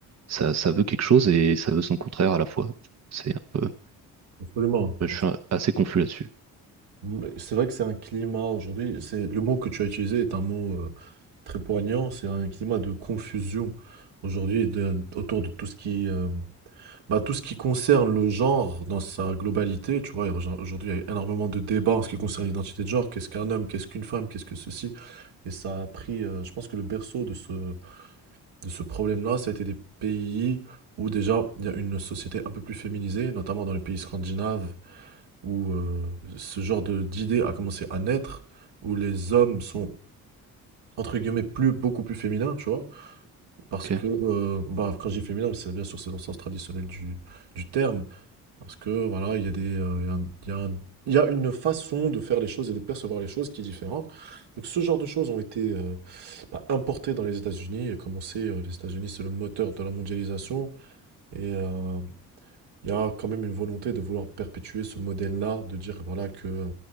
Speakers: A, on the right (about 40°); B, on the right (about 70°).
A: Ça ça veut quelque chose et ça veut son contraire à la fois. C'est un peu
B: absolument,
A: je
B: abs
A: suis assez confus là-dessus.
B: mais c'est vrai que c'est un climat aujourd'hui, c'est le mot que tu as utilisé est un mot, heu, très poignant, c'est un climat de confusion aujourd'hui de autour de tout ce qui, euh, Bah, tout ce qui concerne le genre dans sa globalité, tu vois, aujourd'hui, aujourd'hui, il y a énormément de débats en ce qui concerne l'identité de genre. Qu'est-ce qu'un homme? Qu'est-ce qu'une femme? Qu'est-ce que ceci? Et ça a pris, euh, je pense que le berceau de ce, de ce problème-là, ça a été des pays où déjà il y a une société un peu plus féminisée, notamment dans les pays scandinaves, où euh, ce genre de, d'idée a commencé à naître, où les hommes sont, entre guillemets, plus, beaucoup plus féminins, tu vois. Parce
A: Ok.
B: que, euh, bah, quand je dis féminin, c'est bien sûr, c'est dans le sens traditionnel du, du terme parce que voilà, il y a des, euh, il y a un- il y a un- il y a une façon de faire les choses et de percevoir les choses qui est différente. Donc ce genre de choses ont été euh, bah, importées dans les États-Unis. Et comme on sait, euh, les États-Unis, c'est le moteur de la mondialisation. Et euh, il y a quand même une volonté de vouloir perpétuer ce modèle-là, de dire voilà, que euh,